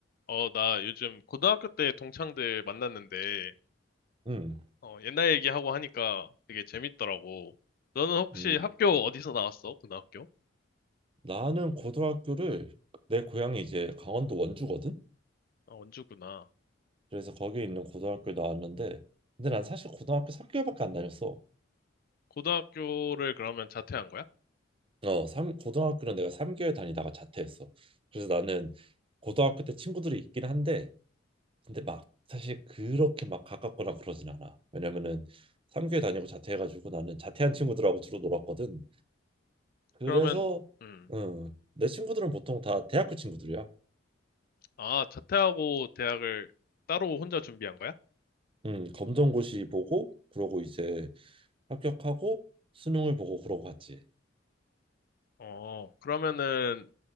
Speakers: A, on the left; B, on the right.
A: 어, 나 요즘 고등학교 때 동창들 만났는데,
B: 음,
A: 어, 옛날 얘기하고 하니까 되게 재밌더라고. 너는 혹시
B: 음,
A: 학교 어디서 나왔어? 고등학교?
B: 나는 고등학교를 내 고향이 이제 강원도 원주거든.
A: 아, 원주구나.
B: 그래서 거기에 있는 고등학교에 나왔는데, 근데 난 사실 고등학교 3개월밖에 안 다녔어.
A: 고등학교를 그러면 자퇴한 거야?
B: 어, 삼 고등학교는 내가 3개월 다니다가 자퇴했어. 그래서 나는 고등학교 때 친구들이 있긴 한데, 근데 막 사실 그렇게 막 가깝거나 그러진 않아. 왜냐면은 3개월 다니고 자퇴해가지고 나는 자퇴한 친구들하고 주로 놀았거든. 그래서,
A: 그러면, 음,
B: 음, 내 친구들은 보통 다 대학교 친구들이야.
A: 아, 자퇴하고 대학을 따로 혼자 준비한 거야?
B: 음, 검정고시 보고 그러고 이제 합격하고 수능을 보고 그러고 갔지.
A: 어, 그러면은,